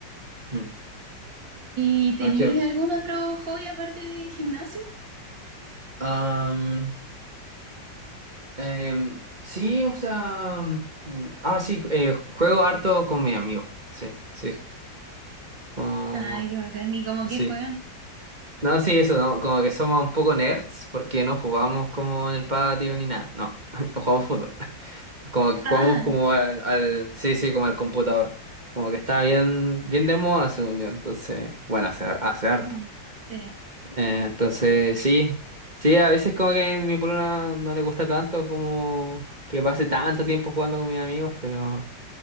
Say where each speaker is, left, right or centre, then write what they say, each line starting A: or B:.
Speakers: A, on the right; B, on the right.
A: mm.
B: ¿Y tenéis
A: Okay.
B: algún otro hobby aparte de gimnasio?
A: Am, em, sí, o sea. mm, ah, sí, eh, juego harto con mi amigo. Sí, sí. como-
B: Ay, qué bacán, ¿y cómo
A: sí.
B: que juegan?
A: No, sí, eso, no, como que somos un poco nerds porque no jugamos como en el patio ni nada, no, <laughs> no jugamos fútbol, como que jugamos
B: Ah,
A: como al, al- sí, sí, como al computador, como que está bien, bien de moda según yo, entonces, bueno, hace, hace harto,
B: mm, sí,
A: Eh, entonces, sí, sí, a veces como que mi polola no le gusta tanto como que pase tanto tiempo jugando con mis amigos, pero,